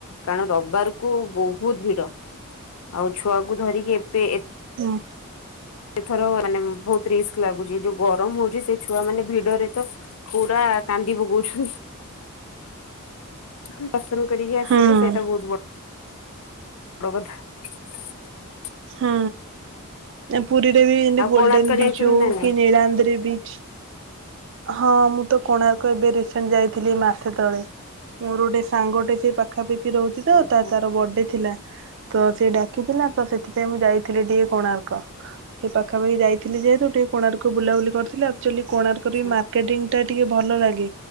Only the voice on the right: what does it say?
ହଁ
ହୁଁ
ହଁ ପୁରୀରେ ବି ଏତି
ଗୋଲ୍ଡେନ
ବିଚ୍ ହଉ
କି ନୀଳାନ୍ଦରି ବିଚ? ହଁ ମୁଁ ତ କୋଣାର୍କ ଏବେ ରିସେଣ୍ଟ ଯାଇଥିଲି ମାସେ ତଳେ। ମୋର ଗୋଟେ ସାଙ୍ଗଟେ ସେ ପାଖାପାଖି ରହୁଛି ତ।
ତା ତାର ବର୍ଥଡେ ଥିଲା ତ ସେ ଡାକିଥିଲା ତ ସେଥିପାଇଁ ମୁଁ ଯାଇଥିଲି ଏ କୋଣାର୍କ। ସେ ପାଖାପାଖି ଯାଇ ଦେଖିଲି <unintelligible> କୋଣାର୍କ ବୁଲାବୁଲି କରିଥିଲେ ଆଉ <unintelligible> ତାଙ୍କର
ବି ମାର୍କେଟିଙ୍ଗ ଟା ଟିକେ ଭଲ ଲାଗେ